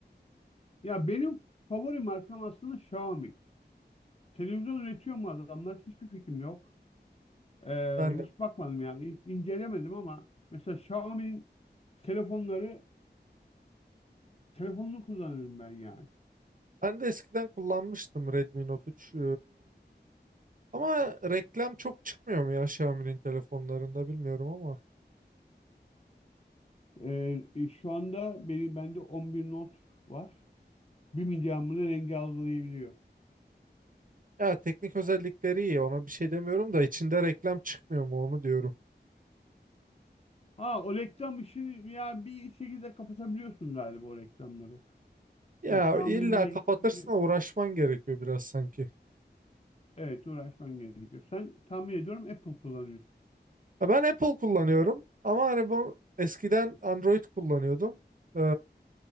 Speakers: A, on the left; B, on the right.
A: Ya benim favori markam aslında Xiaomi. Televizyon üretiyor mu adamlar? Hiçbir fikrim yok. Ee,
B: Ben
A: hiç
B: de,
A: bakmadım yani. Hiç incelemedim ama mesela Xiaomi'nin telefonları telefonunu kullanırım ben yani.
B: ben de eskiden kullanmıştım Redmi Note 3. Ama reklam çok çıkmıyor mu ya Xiaomi'nin telefonlarında bilmiyorum ama.
A: Ee, e, şu anda beni bende 11 Note var. 1 milyamını rengi algılayabiliyor.
B: Ya teknik özellikleri iyi ona bir şey demiyorum da içinde reklam çıkmıyor mu onu diyorum.
A: Ha o reklam işini ya bir şekilde kapatabiliyorsun galiba o reklamları.
B: Ya
A: Evet, Xiaomi'nin
B: illa kapatırsın
A: bir
B: uğraşman gerekiyor biraz sanki.
A: Evet uğraşman gerekiyor. Sen tahmin ediyorum Apple kullanıyorsun.
B: Ya ben Apple kullanıyorum ama hani bu eskiden Android kullanıyordum. Ee,